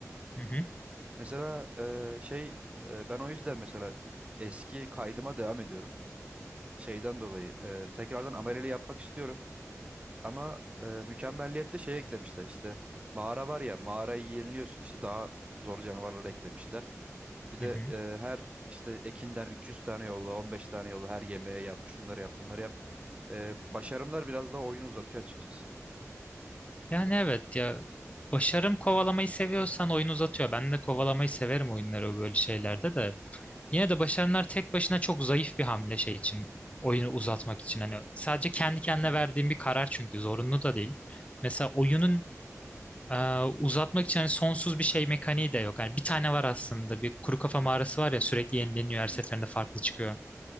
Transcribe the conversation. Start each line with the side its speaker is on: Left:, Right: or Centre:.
Left: Hı hı,
Right: Mesela e, şey e, ben o yüzden mesela eski kaydıma devam ediyorum. Şeyden dolayı e, tekrardan ameleli yapmak istiyorum. Ama e, mükemmelliyette şey eklemişler işte mağara var ya mağarayı yeniliyorsun işte daha zor canavarları eklemişler. Bir de
Left: hı hı.
Right: e, her işte ekinden 300 tane yolla 15 tane yolla her yemeğe yap şunları yap bunları yap. E, başarımlar biraz daha oyunu uzatıyor açıkçası.
Left: Yani evet ya başarım kovalamayı seviyorsan oyunu uzatıyor. Ben de kovalamayı severim oyunları böyle şeylerde de. Yine de başaranlar tek başına çok zayıf bir hamle şey için. Oyunu uzatmak için. Hani sadece kendi kendine verdiğim bir karar çünkü zorunlu da değil. Mesela oyunun e, uzatmak için hani sonsuz bir şey mekaniği de yok. Yani bir tane var aslında. Bir kuru kafa mağarası var ya sürekli yenileniyor her seferinde
Right: Hı hı.
Left: farklı çıkıyor.